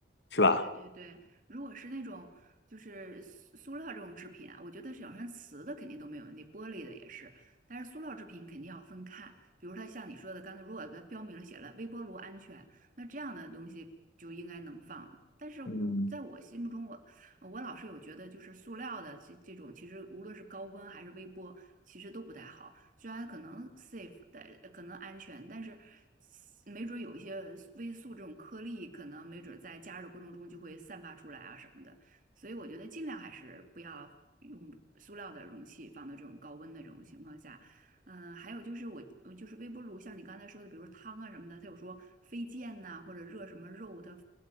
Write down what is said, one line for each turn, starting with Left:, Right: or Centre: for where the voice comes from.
Left: 是吧？
Right: 对对对，如果是那种就是塑塑料这种制品啊，我觉得是有像瓷的肯定都没有问题，玻璃的也是，但是塑料制品肯定要分看。比如它像你说的，刚才如果它标明了写了微波炉安全，那这样的东西就应该能放。但是我在我心目中，
Left: 嗯
Right: 我呃我老是有觉得，就是塑料的这这种，其实无论是高温还是微波，其实都不太好。虽然可能 safe，的可能安全，但是没准儿有一些微塑这种颗粒，可能没准儿在加热的过程中就会散发出来啊什么的。所以我觉得尽量还是不要用塑料的容器放到这种高温的这种情况下。嗯，还有就是我，呃就是微波炉，像你刚才说的，比如说汤啊什么的，它有说飞溅呐、或者热什么肉，它